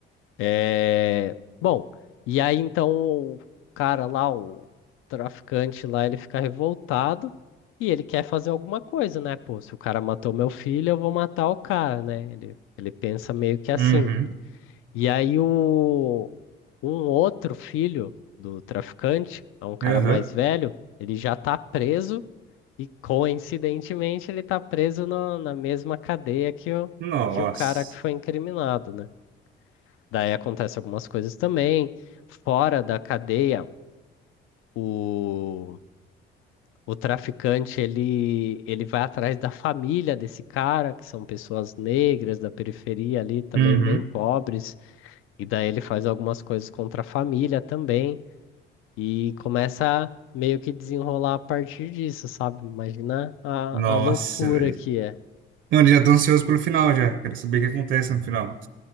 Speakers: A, on the left (about 80°); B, on the right (about 65°).
A: É... Bom, e aí então o cara lá, o traficante lá, ele fica revoltado e ele quer fazer alguma coisa, né? Pô, se o cara matou meu filho, eu vou matar o cara, né? Ele, ele pensa meio que assim.
B: Uhum.
A: E aí o um outro filho do traficante, é um cara
B: Aham.
A: mais velho, ele já tá preso e coincidentemente ele tá preso na na mesma cadeia que o,
B: Nossa.
A: que o cara que foi incriminado, né? Daí acontece algumas coisas também. Fora da cadeia, o, o traficante ele, ele vai atrás da família desse cara, que são pessoas negras da periferia ali, também
B: Uhum.
A: bem pobres. E daí ele faz algumas coisas contra a família também e começa a meio que desenrolar a partir disso, sabe? Imagina a,
B: Nossa,
A: a loucura
B: velho.
A: que é.
B: Mano, já tô ansioso pelo final já. Quero saber o que acontece no final.